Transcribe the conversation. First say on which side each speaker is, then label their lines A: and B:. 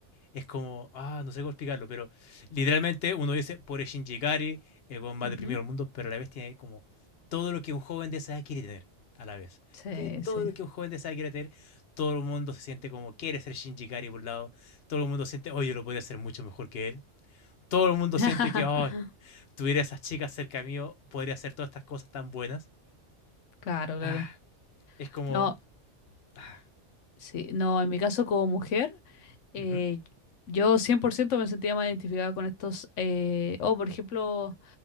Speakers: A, on the left (about 60°); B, on the left (about 80°).
A: es como, ah, no sé cómo explicarlo, pero literalmente uno dice, pobre Shinji Ikari, el weón más
B: Ujú.
A: deprimido del mundo, pero a la vez tiene como todo lo que un joven de esa edad quiere tener, a la vez.
B: Sí,
A: Tiene todo
B: sí.
A: lo que un joven de esa edad quiere tener, todo el mundo se siente como quiere ser Shinji Ikari por un lado, todo el mundo siente, oye, lo podría hacer mucho mejor que él, todo el mundo
B: <laughs>
A: siente que, oh, tuviera esas chicas cerca mío, podría hacer todas estas cosas tan buenas.
B: Claro, claro.
A: Ah, es como,
B: No.
A: ah,
B: Sí, no, en mi caso como mujer, eh,
A: ujú,
B: yo 100% me sentía más identificada con estos, eh, o por ejemplo,